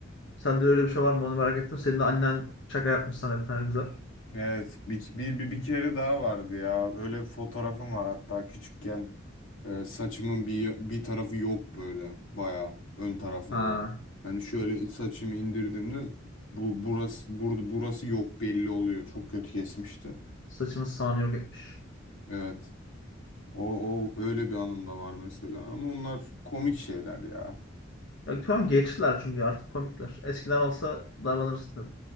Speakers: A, on the left; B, on the left.
A: Sende öyle bir şey var mı onu merak ettim. Senin de annen şaka yapmış sana bir tane güzel.
B: Evet bir, bir, bir, bir kere daha vardı ya öyle bir fotoğrafım var hatta küçükken e, saçımın bir, bir tarafı yok böyle baya ön tarafında.
A: Ha,
B: Hani şöyle saçımı indirdiğimde bu burası burada burası yok belli oluyor çok kötü kesmişti.
A: saçını sağını yok etmiş.
B: Evet. O, o öyle bir anım da var mesela. Ama onlar komik şeyler ya.
A: Ya, şu an geçtiler çünkü artık komikler. Eskiden olsa darlanırız tabii.